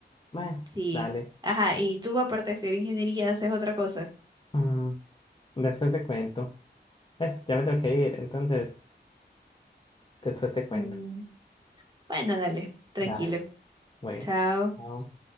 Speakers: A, on the left; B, on the right.
A: Bueno,
B: sí.
A: dale.
B: Ajá, y tú aparte de estudiar ingeniería haces otra cosa.
A: Mm, después te cuento. Pues ya me tengo que ir, entonces después te cuento.
B: Mm, Bueno, dale, tranquilo.
A: Dale, bueno.
B: Chao.
A: chao.